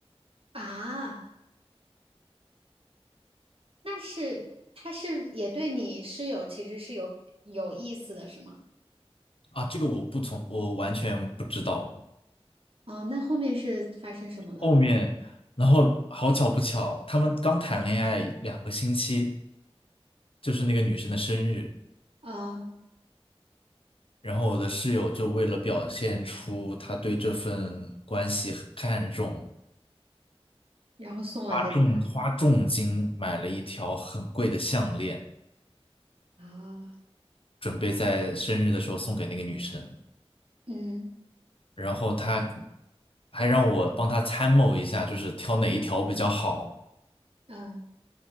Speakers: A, on the right; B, on the left.
A: 啊，那是他是也对你是有其实是有有意思的，是吗？
B: 啊，这个我不从，我完全不知道。
A: 哦，那后面是发生什么了？
B: 后面，然后好巧不巧，他们刚谈恋爱两个星期，就是那个女生的生日，
A: 啊，
B: 然后我的室友就为了表现出他对这份关系很看重，
A: 然后送了一个大
B: 花重花重金买了一条很贵的项链，
A: 的啊，
B: 准备在生日的时候送给那个女生。
A: 嗯
B: 然后他还让我帮他参谋一下，就是挑哪一条比较好。
A: 嗯，